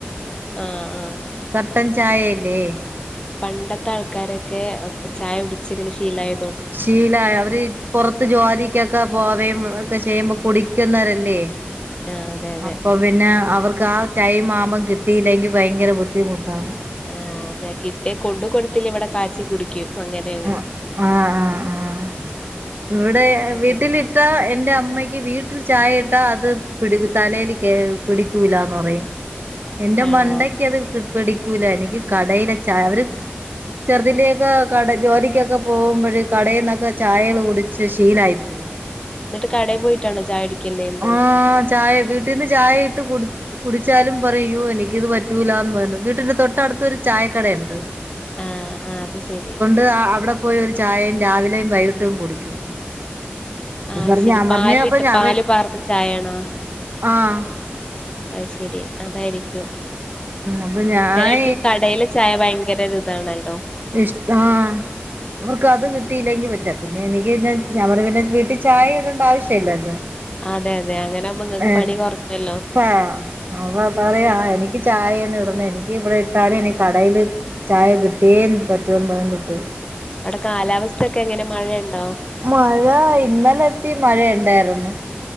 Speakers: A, on the left; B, on the right.
A: ആഹ് ആഹ്
B: ട്ടൻ ചായയല്ലേ?
A: പണ്ടത്തെ ആൾക്കാരൊക്കെ ഉപ് ചായ ഉടിച്ച് ഇങ്ങനെ ശീലായ
B: ശീലായ അവര് പൊറത്ത് ജോലിക്കൊക്കെ പോവയും ഹ് ക്കെ ചെയ്യുമ്പോ കുടിക്കുന്നവരല്ലേ?
A: ആ അതെ അതെ
B: അപ്പൊ പിന്നെ അവർക്ക് ആ ടൈം ആവുമ്പം കിട്ടിയില്ലെങ്കി ഭയങ്കര ബുദ്ധിമുട്ടാവും.
A: ആഹ് അതെ കിട്ടേ കൊണ്ട് കൊടുത്തില്ലെ ഇവിടെ കാച്ചി കുടിക്കും. അങ്ങനെയാണ്
B: അഹ് ആഹ് ആഹ് ആഹ് ഇവിടെ
A: അതെ
B: വീട്ടിലിട്ട എന്റെ അമ്മയ് ഇ വീട്ടിൽ ചായ ഇട്ടാ അത് പിടിത് തലേല് കേ പിടിക്കൂലാന്ന് പറയും. എന്റെ
A: ആണോ
B: മണ്ടക്ക് അത് ക് പിടിക്കൂല എനിക്ക് കടയിലെ ചായ അവര് ചെറുതിന്റെക്ക കടെ ജോലിക്കൊക്കെ പോകുമ്പയ് കടയിന്നൊക്കെ ചായേള് കുടിച്ച് ശീലായി പോയി.
A: ന്നട്ട് കടേപോയിട്ടാണോ ചായുടിക്കല്ലേന്നോ?
B: ആഹ് ചായ വീട്ടിന്ന് ചായ ഇട്ട് കുട് കുടിച്ചാലും പറ യോ എനിക്കിത് പറ്റൂലാന്ന് പറഞ്ഞു. വീട്ടിന്റെ തൊട്ട ടുത്തരു ചായക്കടയ്ണ്ട്.
A: ആഹ് ആഹ് അത് ശരി.
B: ത്ത് ആഹ് അവിടെ പോയി ഒരു ചായയും രാവിലെയും വൈകിട്ടും കുടിക്കും.
A: ആ അത്
B: പർഞ്ഞ
A: ശരി
B: ഞാൻ
A: പാലിട്ട്
B: പറഞ്ഞേ അപ്പൊ ഞാൻ
A: പാല്
B: വേ
A: പാർന്ന ചായയാണോ
B: ആഹ്
A: അത് ശരി അതായിരിക്കും.
B: അപ്പൊ ഞാൻ
A: ചെലർക്ക് കടയിലെ ചായ ഭയങ്കര ഒരു ഇതാണല്ലോ.
B: ഇഷ്ടാ ആഹ് അവർക്ക് അത് കിട്ടിയില്ലെങ്കിൽ പറ്റ പിന്നെ എനിക്ക് ഇന്ന് ഞങ്ങള് പിന്നെ വീട്ടിൽ ചായ ഇടേണ്ട ആവശ്യമില്ലല്ലോ
A: അതെ അതെ അങ്ങനെ ആകുമ്പോ നിങ്ങൾക്ക്
B: ആഹ്
A: പണി കുറഞ്ഞല്ലോ
B: പാ പറയാ എനിക്ക് ചായന്ന് ഇടുന്ന എനിക്ക് ഇവിടെ ഇട്ടാലും ഇനി കടയില് ചായ കിട്ടിയേ പറ്റുവന്ന് പറഞ്ഞ് പോകും
A: അവിടെ കാലാവസ്ഥ ഒക്കെ എങ്ങനെ മഴയുണ്ടോ
B: മഴ ഇന്നലെത്തി മഴ ഉണ്ടായിരുന്നു